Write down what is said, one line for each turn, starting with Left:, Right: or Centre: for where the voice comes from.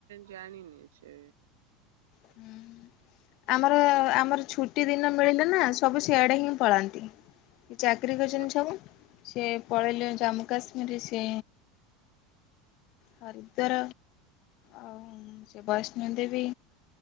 Right: ଜାଣିନିି ସେ
Left: ହୁଁ ଆମର ଆମର ଛୁଟି ଦିନ ମିଳିଲେ ନା ସବୁ ସିଆ ଡେ ହିଁ ପଳାନ୍ତି। କି ଚାକିରି କରିଛନ୍ତି
Right: ହଁ
Left: ସବୁ। ସେ ପଳେଇଲେ ଜାମ୍ମୁ କାଶ୍ମୀରରେ ସେ ହରିଦ୍ୱାର ଆଉ ବୈଷ୍ଣୁ ଦେବି।